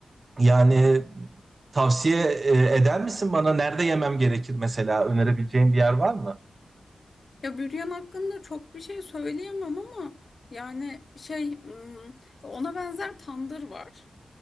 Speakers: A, on the right; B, on the left.
A: yani tavsiye e, eder misin bana? Nerede yemem gerekir mesela? Önerebileceğin bir yer var mı?
B: Ya büryan hakkında çok bir şey söyleyemem ama yani şey hmm, ona benzer tandır var.